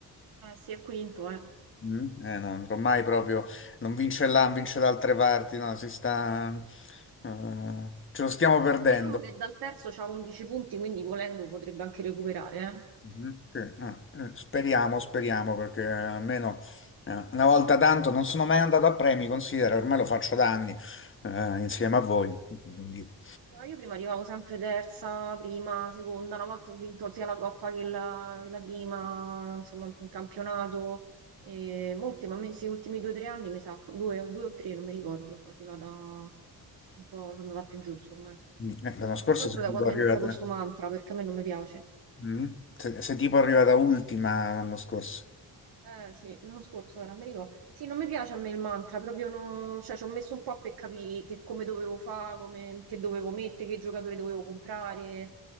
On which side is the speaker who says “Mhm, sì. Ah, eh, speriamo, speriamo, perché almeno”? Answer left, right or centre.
Left